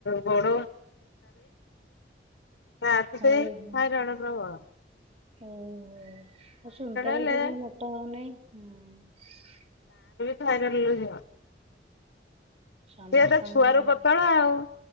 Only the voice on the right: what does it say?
ହଉ
ହଉ
ଓହୋ ଆଉ ସୁନନ୍ତା
ଭାଇ ତ କଣ ପାଇଁ ମୋଟା ହଉନାହିଁ ହୁଁ
ସମସ୍ତଙ୍କର